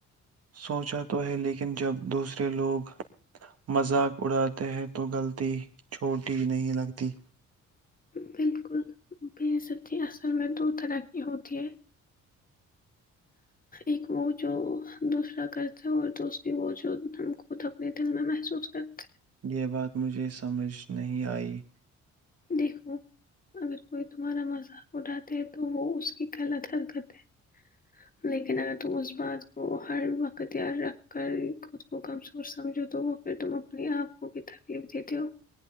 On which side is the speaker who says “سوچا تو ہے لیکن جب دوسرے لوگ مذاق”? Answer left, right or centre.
Right